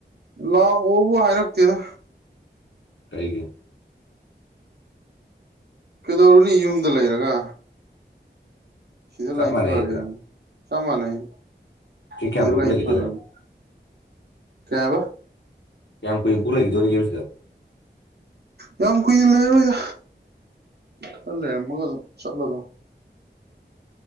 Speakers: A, on the right; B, on the left.
A: ꯂꯥꯛꯑꯣꯕꯨ ꯍꯥꯏꯔꯛꯇꯦꯗ
B: ꯀꯔꯤꯒꯤ
A: ꯀꯩꯗꯧꯔꯨꯅꯤ ꯌꯨꯝꯗ ꯂꯩꯔꯒ ꯁꯤꯗ
B: ꯆꯞ
A: ꯂꯩ
B: ꯃꯥꯟꯅꯩꯗꯨꯔꯥ
A: ꯐꯔꯦꯅ ꯆꯥꯞ ꯃꯥꯟꯅꯩ
B: ꯁꯤ
A: ꯁꯤꯗ
B: ꯀꯌꯥꯝ ꯀꯨꯏꯕꯨ
A: ꯂꯩ
B: ꯂꯩꯈꯤꯗꯣꯏꯕ
A: ꯐꯔꯦꯅ ꯀꯩ ꯍꯥꯢꯕ
B: ꯀꯌꯥꯝ ꯀꯨꯏꯕꯨꯛ ꯂꯩꯈꯤꯗꯣꯔꯤꯒꯦ ꯁꯤꯗ
A: ꯌꯥꯝ ꯀꯨꯏꯅ ꯂꯩꯔꯔꯣꯏꯗ ꯈꯔ ꯂꯩꯔꯝꯃꯒ ꯑꯗꯨꯝ ꯆꯠꯂꯗꯝ